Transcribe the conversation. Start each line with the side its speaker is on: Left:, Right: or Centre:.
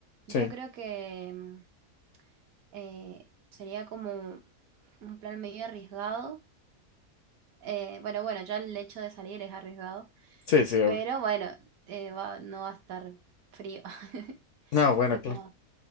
Right: Yo
Left: Sí,
Right: creo que mm, eh, sería como un plan medio arriesgado. Eh, bueno, bueno, ya el hecho de salir es arriesgado,
Left: sí, sí, obvio.
Right: pero bueno, eh, va, no va a estar frío. <laughs>
Left: No, bueno,
Right: Tipo,
Left: claro.